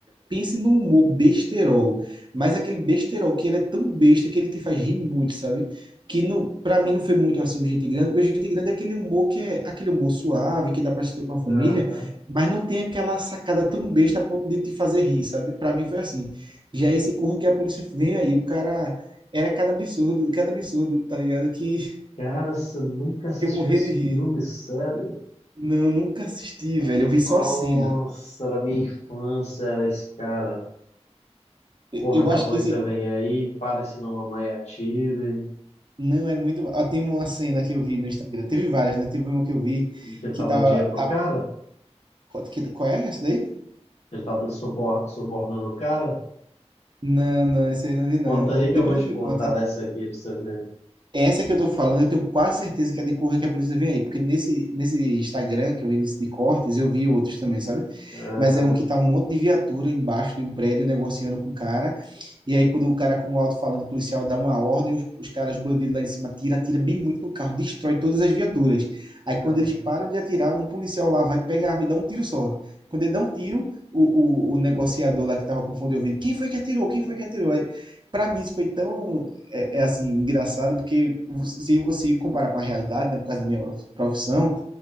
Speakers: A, on the right (about 45°); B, on the left (about 70°).
A: pense no humor besterol, mas aquele besterol que ele é tão besta que ele te faz rir muito, sabe? Que não, para mim não foi muito assim o Gente Grande, porque o Gente Grande é aquele humor que é aquele humor suave, que dá para assistir com a família,
B: Aham.
A: mas não tem aquela sacada tão besta a ponto de te fazer rir, sabe? Para mim foi assim. Já esse corro que a polícia vem aí, o cara era cada absurdo, cada absurdo, tá ligado? Que,
B: Cara, você nunca assistiu
A: que eu morria
B: esse
A: de rir.
B: filme, sério?
A: Não, nunca assisti, velho. Eu vi
B: Nossa,
A: só a cena.
B: era minha infância, era esse cara.
A: Eu
B: Corra
A: eu
B: que
A: acho
B: a polícia
A: que esse,
B: vem aí, pare senão mamãe atire.
A: Não é muito. Ó, tem uma cena que eu vi no Instagram. Teve várias, né? Teve uma que eu vi
B: Que ele
A: que
B: tá
A: tá.
B: dando dinheiro pro
A: tá...
B: cara?
A: Qual que- qual é essa daí?
B: Ele tá dando- supor- subornando o cara?
A: Não, não, essa aí eu não vi,
B: Conta
A: não.
B: aí que
A: Depois
B: eu vou te
A: tu me
B: contar
A: conta.
B: dessa aqui pra você ver.
A: Essa que eu tô falando, eu tenho quase certeza que é de correr que a polícia vem aí. Porque nesse, nesse Instagram que eu vi nesse de cortes, eu vi outros também, sabe?
B: Aham,
A: Mas é um que tá um monte de viatura embaixo de um prédio negociando com o cara. E aí, quando o cara com o alto-falante policial dá uma ordem, os, os caras bandidos lá em cima tira, atira bem muito no carro, destrói todas as viaturas. Aí, quando
B: aham,
A: eles param de atirar, um policial lá vai pegar a arma e dá um tiro só. Quando ele dá um tiro, o, o, o negociador lá que estava confundindo o ouvido quem foi que atirou? Quem foi que atirou? Aí, pra mim, isso foi tão, é, é assim, engraçado, porque se você comparar com a realidade, né, por causa da minha profissão,